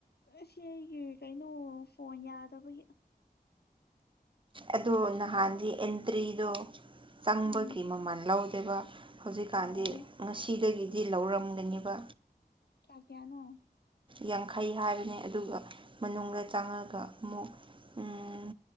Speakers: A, on the left (about 85°); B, on the right (about 30°).
A: ꯑꯁꯤ ꯑꯩꯒꯤ ꯀꯩꯅꯣ ꯐꯣꯟ ꯌꯥꯗꯕꯒꯤ
B: ꯑꯗꯣ ꯅꯍꯥꯟꯗꯤ ꯑꯦꯟꯇ꯭ꯔꯤꯗꯣ ꯆꯪꯕꯒꯤ
A: ꯎꯝ
B: ꯃꯃꯜ ꯂꯧꯗꯦꯕ ꯍꯧꯖꯤꯛꯀꯥꯟꯗꯤ
A: ꯑꯣ
B: ꯉꯁꯤꯗꯒꯤꯗꯤ ꯂꯧꯔꯝꯒꯅꯤꯕ
A: ꯀ꯭ꯌꯥ ꯀ꯭ꯌꯥꯅꯣ
B: ꯌꯥꯡꯈꯩ ꯍꯥꯏꯕꯅꯦ ꯑꯗꯨꯒ ꯃꯅꯨꯡꯗ ꯆꯪꯉꯒ ꯑꯃꯨꯛ ꯎꯝ